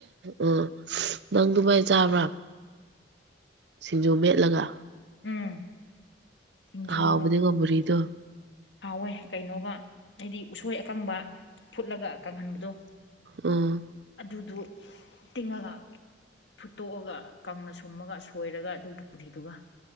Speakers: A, on the right; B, on the left.
A: ꯑꯣ ꯅꯪ ꯗꯨꯃꯥꯏ ꯆꯥꯕ꯭ꯔꯥ ꯁꯤꯡꯖꯨ ꯃꯦꯠꯂꯒ
B: ꯎꯝ ꯁꯤꯡꯖꯨ
A: ꯍꯥꯎꯕꯅꯤꯉꯣ ꯕꯨꯔꯤꯗꯣ
B: ꯍꯥꯎꯋꯦ ꯀꯩꯅꯣꯒ ꯑꯩꯗꯤ ꯎꯁꯣꯏ ꯑꯀꯪꯕ ꯐꯨꯠꯂꯒ ꯀꯪꯍꯟꯕꯗꯣ
A: ꯎꯝ
B: ꯑꯗꯨꯗꯨ ꯇꯤꯡꯉꯒ ꯐꯨꯠꯇꯣꯛꯑꯒ ꯀꯪꯅ ꯁꯨꯝꯃꯒ ꯁꯣꯏꯔꯒ ꯑꯗꯨ ꯄ꯫ꯕꯨꯔꯤꯗꯨꯒ